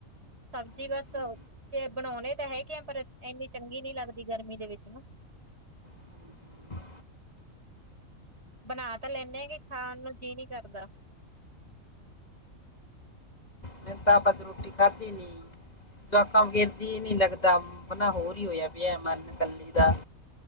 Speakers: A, on the right (about 50°); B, on the left (about 30°).
A: ਸਬਜ਼ੀ
B: ਹਾਂਜੀ
A: ਬਸ ਤੇ ਬਣਾਉਣੇ ਤਾਂ ਹੈਗੇ ਆ, ਪਰ ਇੰਨੀ ਚੰਗੀ ਨੀ ਲੱਗਦੀ ਗਰਮੀ ਦੇ ਵਿੱਚ ਨਾ
B: ਹਾਂਜੀ ਹਾਂ।
A: ਬਣਾ ਤਾਂ ਲੈਂਦੇ ਆਂ ਕਿ ਖਾਣ ਨੂੰ ਜੀਅ ਨਹੀਂ ਕਰਦਾ,
B: ਮੈਂ ਤਾ ਆਪਾਂ ਰੋਟੀ ਖਾਧੀ ਨੀ, ਜਵਾਕਾਂ ਵਗੈਰ ਜੀ ਨੀ ਲੱਗਦਾ ਬੰਨਾ ਹੋਰ ਹੀ ਹੋਇਆ ਪਿਆ ਮਨ ਕੱਲੀ ਦਾ,